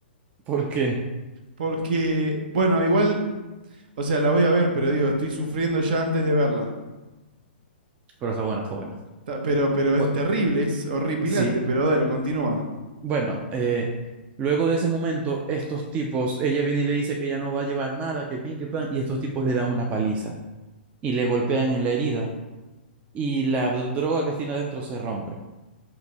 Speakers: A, on the right (about 25°); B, on the right (about 55°).
A: ¿por qué?
B: Porque, bueno, igual, o sea, la voy a ver, pero digo, estoy sufriendo ya antes de verla.
A: Pero está buena, está buena.
B: Ta- Pero, pero
A: Bueno,
B: es terrible, es horripilante,
A: sí.
B: pero bueno, continúa.
A: Bueno, eh, luego de ese momento, estos tipos, ella viene y le dice que ya no va a llevar nada, que pin, que pan, y estos tipos le dan una paliza y le golpean en la herida y la dro- droga que tiene adentro se rompe,